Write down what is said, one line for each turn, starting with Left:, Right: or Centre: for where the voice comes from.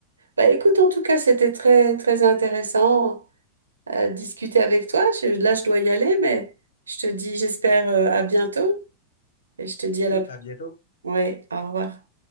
Right: bah, écoute, en tout cas, c'était très, très intéressant euh, de discuter avec toi. Je- là, je dois y aller, mais je te dis, j'espère euh, à bientôt. Et je te dis à la.
Left: Oui, à bientôt.
Right: Oui, au revoir.